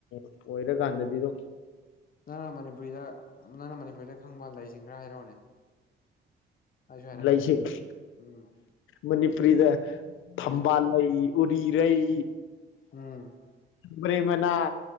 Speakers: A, on the left; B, on the left.
A: ꯑꯣꯏꯗꯔꯀꯥꯟꯗꯗꯤ ꯑꯗꯨꯝ
B: ꯅꯪꯅ ꯃꯅꯤꯄꯨꯔꯤꯗ ꯅꯪꯅ ꯃꯅꯤꯄꯨꯔꯤꯗ ꯈꯡꯕ ꯂꯩꯁꯤꯡ ꯈꯔ ꯍꯥꯏꯔꯛꯑꯣꯅꯦ ꯑꯩꯁꯨ ꯍꯥꯏꯔꯛꯀꯦ
A: ꯂꯩꯥꯏꯁ
B: ꯎꯝ
A: ꯃꯅꯤꯄꯨꯔꯤꯗ
B: ꯍꯣꯏ
A: ꯊꯕꯥꯜꯅ ꯎꯔꯤꯔꯩ
B: ꯎꯝ
A: ꯄꯔꯦꯡ ꯃꯅꯥ